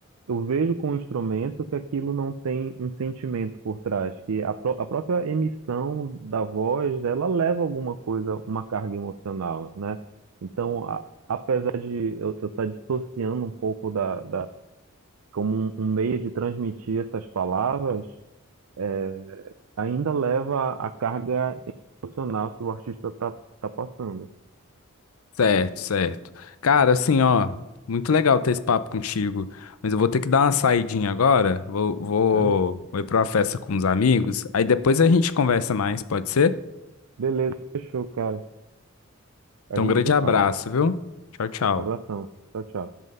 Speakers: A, on the right; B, on the left.
A: eu vejo com o instrumento que aquilo não tem um sentimento por trás, que a, pró- a própria emissão da voz, ela leva alguma coisa, uma carga emocional, né? Então, a- apesar de eu estar dissociando um pouco da, da como um, um meio de transmitir essas palavras, é, ainda leva a carga emocional que o artista tá, tá passando.
B: Certo, certo. Cara, assim, ó, muito legal ter esse papo contigo, mas eu vou ter que dar uma saidinha agora, vou, vou,
A: Então,
B: vou ir pra uma festa com uns amigos, aí depois a gente conversa mais, pode ser?
A: beleza, fechou, cara. A
B: Então,
A: gente
B: um grande
A: se
B: abraço,
A: fala.
B: viu? Tchau, tchau.
A: Abração. Tchau, tchau.